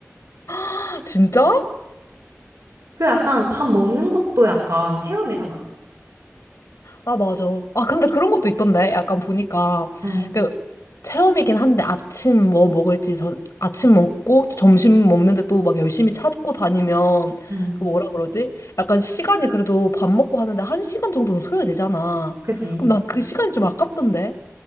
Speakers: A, on the left; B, on the right.
A: <laughs> 진짜?
B: 그 약간 밥 먹는 것도 약간 체험이잖아.
A: 아, 맞아. 아, 근데 그런 것도 있던데. 약간 보니까.
B: 응,
A: 그, 체험이긴 한데 아침 뭐 먹을지 저, 아침 먹고 또 점심 먹는데 또 막 열심히 찾고 다니면
B: 응,
A: 그 뭐라 그러지? 약간 시간이 그래도 밥 먹고 하는데 한 시간 정도는 소요되잖아.
B: 그지?
A: 그럼 나 그 음. 시간이 좀 아깝던데.